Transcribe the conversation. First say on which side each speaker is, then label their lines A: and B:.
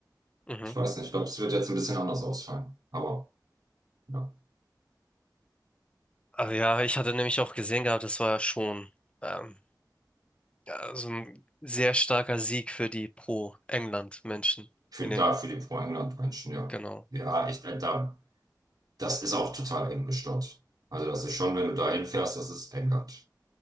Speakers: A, on the left; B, on the right.
A: Mhm.
B: Ich weiß nicht, ich glaube, es wird jetzt ein bisschen anders ausfallen. Aber ja,
A: Also ja, ich hatte nämlich auch gesehen gehabt, das war ja schon. ähm, Ja, so ein sehr starker Sieg für die Pro-England-Menschen
B: für,
A: in
B: da
A: dem,
B: für die Pro-England-Menschen, ja.
A: genau.
B: Ja, ich, äh, da, das ist auch total englisch dort. Also das ist schon, wenn du da hinfährst, das ist England.